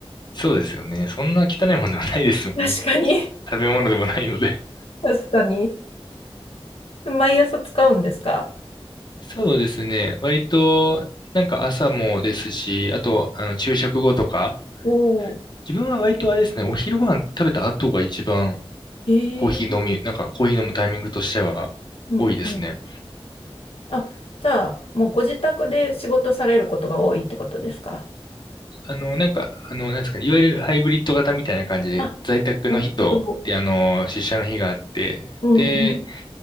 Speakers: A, on the left; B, on the left.
A: そうですよね。そんな汚いものではないですもんね。
B: 確かに、
A: 食べ物でもないので。
B: <laughs> 確かに。毎朝使うんですか
A: そうですね。割と、なんか朝もですし、あと、
B: うん
A: あの、昼食後とか、
B: おー、
A: 自分は割とあれですね、お昼ご飯食べた後が一番
B: へえ、
A: コーヒー飲み、なんかコーヒー飲むタイミングとしては多いですね。
B: うん、うん。あ、じゃあ、もうご自宅で仕事されることが多いってことですか
A: あの、なんか、あの、なんですかね、いわゆるハイブリッド型みたいな感じで、
B: あ、
A: 在宅の日と、
B: なるほど。
A: で、あの、出社の日があって、
B: うん、
A: で、
B: うん。